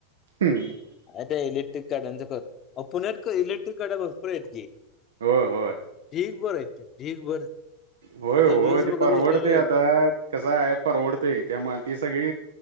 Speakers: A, on the right (about 65°); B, on the left (about 30°).
A: होय
B: काय ते आहे इलेक्ट्रिक गाड्या कर आहो पुण्यात इलेक्ट्रिक गाड्या भरपुर आहेत की
A: हो होय.
B: बरं हाय ते <inaudible>
A: होय हो ते
B: बघत
A: परवडतं
B: बसलेलो एक
A: आता कसं आहे. परवडतं त्यामुळ ती सगळी,